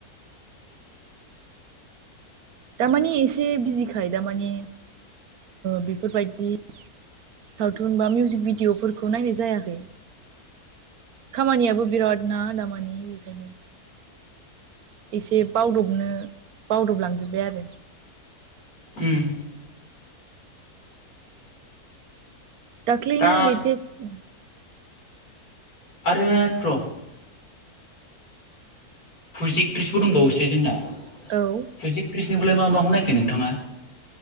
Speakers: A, on the right; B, on the left.
A: दारमाने एसे बिजिखाय दामानि बेफोरबायदि सावथुन बा मिउजिक भिडिअफोरखौ नायनाय जायाखै। खामानियाबो बिराद ना दामानि बेखायनो। एसे बावदबनो बावदबलांजोब्बाय आरो।
B: उम
A: दाख्लैनि
B: दा
A: लेटेस्ट
B: आरो प्र' फुजि एट्रिसबो दंबावोसो जोंना फुजि
A: औ
B: एट्रिस मा माखौ नायखो नोंथाङा?